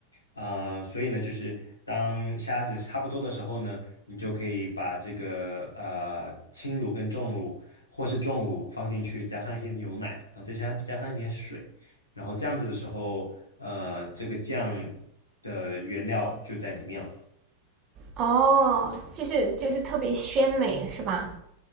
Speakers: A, on the left; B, on the right.
A: 啊，所以呢，就是当虾子差不多的时候呢，你就可以把这个呃轻乳跟重乳或是重乳放进去，加上一些牛奶，然后再加加上一点水，然后这样子的时候，呃，这个酱的原料就在里面了。
B: 哦，就是就是特别鲜美是吧？